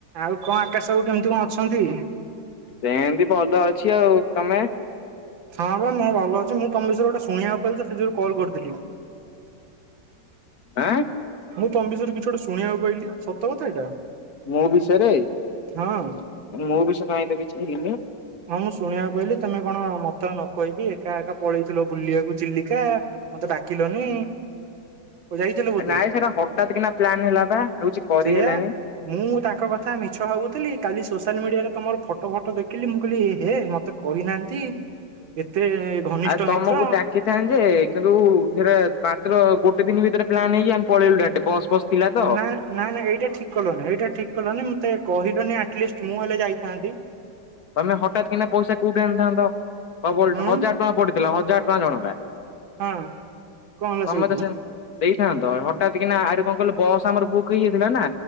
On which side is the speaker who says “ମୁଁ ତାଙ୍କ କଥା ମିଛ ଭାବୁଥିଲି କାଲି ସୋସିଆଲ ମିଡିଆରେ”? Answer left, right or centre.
Right